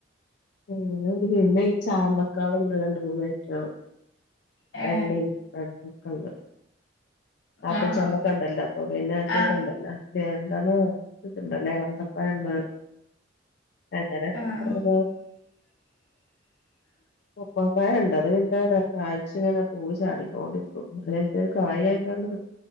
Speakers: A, on the left; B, on the left.
A: അങ്ങനെ ഒരു പിന്നെ ഈ ചാമ്പക്കാള് ഇണ്ട് രണ്ട് മൂന്ന് ഐറ്റം
B: ഏ
A: വെള്ളേം റെഡും ഒക്കെണ്ട് ആപ്പിൾ
B: ആഹ്
A: ചാമ്പക്ക ഉണ്ടല്ലോ അപ്പൊ പിന്നെ മറ്റേത്
B: ആഹ്
A: ഉണ്ടല്ലോ മറ്റേ എന്താണ് ഇത്ണ്ടല്ലോ ഇളന്തപ്പഴണ്ട് അങ്ങനെണ്ട്
B: ആഹ്
A: ഓരോന്ന്കള്
B: <inaudible>
A: ഉറുമാമ്പഴം ണ്ട് അത് പിന്നെ കായ്ച്ച്ങ്ങനെ പൂവ് ചാടിങ്ങോണ്ടി ഇരിക്കും <unintelligible> <unintelligible> കായ്ക്കാൻ